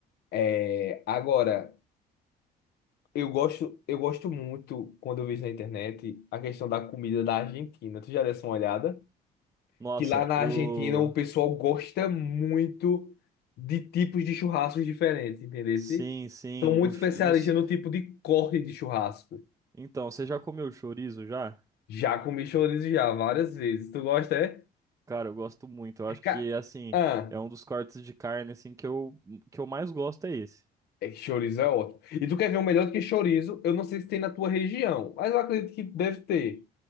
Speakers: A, on the left; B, on the right.
A: É, agora, eu gosto, eu gosto muito quando eu vejo na internet a questão da comida da Argentina. Tu já deu uma olhada?
B: Nossa,
A: Que lá na
B: eu.
A: Argentina o pessoal gosta muito de tipos de churrascos diferentes, entendeu?
B: Sim, sim.
A: São muito
B: O...
A: especialistas
B: ch- não s-
A: no tipo de corte de churrasco.
B: Então, você já comeu chorizo já?
A: Já comi chorizo já, várias vezes. Tu gosta, é?
B: Cara, eu gosto muito. Eu acho
A: Ca-
B: que, assim,
A: Ah,
B: é um dos cortes de carne, assim, que eu, que eu mais gosto é esse.
A: é que chorizo é ótimo. E tu quer ver um melhor do que chorizo? Eu não sei se tem na tua região, mas eu acredito que deve ter.